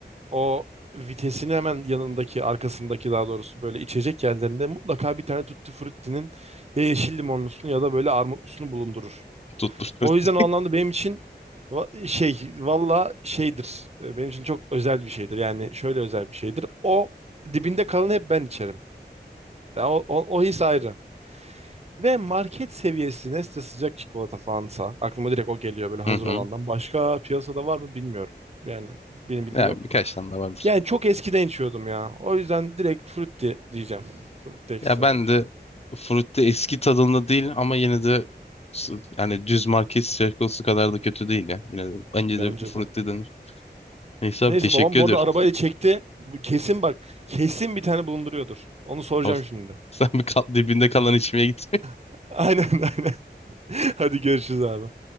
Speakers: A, on the right (about 40°); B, on the left (about 35°).
A: o vitesini hemen yanındaki, arkasındaki daha doğrusu böyle içecek yerlerinde mutlaka bir tane Tutti Frutti'nin ya yeşil limonlusunu ya da böyle armutlusunu bulundurur.
B: Tuttu Fruity.
A: O yüzden o anlamda benim için va- şey valla şeydir. E, Benim için çok özel bir şeydir. Yani şöyle özel bir şeydir. O dibinde kalanı hep ben içerim. Ya o, o, o his ayrı. Ve market seviyesi Nestle sıcak çikolata falansa aklıma direkt o geliyor böyle hazır
B: Hı hı.
A: olandan. Başka piyasada var mı bilmiyorum. Yani benim bildiğim
B: Ya
A: yok.
B: birkaç tane daha vardır.
A: Yani çok eskiden içiyordum ya. O yüzden direkt Frutti diyeceğim. Frutti Extra
B: Ya ben
A: diyeceğim.
B: de Fruity eski tadında değil ama yine de s- yani düz market çikolatası kadar da kötü değil ya. Yine de bence
A: Bence
B: de Fruity
A: de.
B: denir. Neyse abi
A: Neyse
B: teşekkür
A: babam bu
B: ediyorum.
A: arada arabayla çekti. Bu Kesin bak. Kesin bir tane bulunduruyordur. Onu soracağım
B: Abi,
A: şimdi.
B: <laughs> sen bir kal dibinde kalan içmeye git.
A: <laughs> Aynen aynen. Hadi görüşürüz abi.